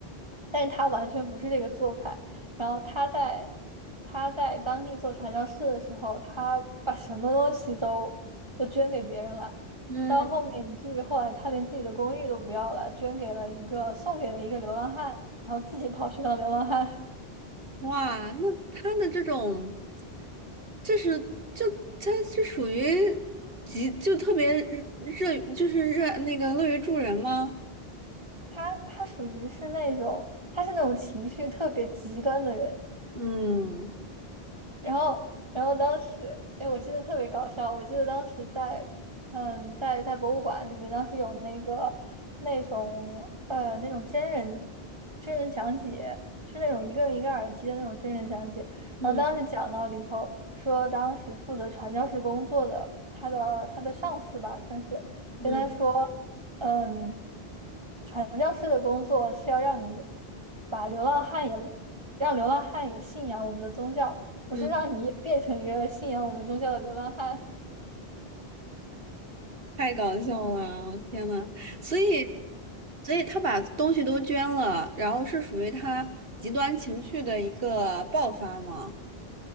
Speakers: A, on the right; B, on the right.
A: 但是他完全不是这个做派。然后他在他在当地做传教士的时候，他把什么东西都都捐给别人了，
B: 嗯。
A: 到后面以至于后来他连自己的公寓都不要了，捐给了一个送给了一个流浪汉，然后自己跑去当流浪汉。<laughs>
B: 哇，那他的这种，就是就他是属于极就特别热热就是热那个乐于助人吗？
A: 他他属于是那种他是那种情绪特别极端的人。
B: 嗯
A: 然后，然后当时，哎，我记得特别搞笑。我记得当时在，嗯，在在博物馆里面，当时有那个那种呃那种真人真人讲解，是那种一个人一个耳机的那种真人讲解。
B: 嗯
A: 然后当时讲到里头说，当时负责传教士工作的他的他的上司吧，算是跟他说，
B: 嗯
A: 嗯，传教士的工作是要让你把流浪汉也让流浪汉也信仰我们的宗教。不是让你也变成一个信仰我们宗教的流浪汉。
B: 嗯，太搞笑了，天呐，所以所以他把东西都捐了，然后是属于他极端情绪的一个爆发吗？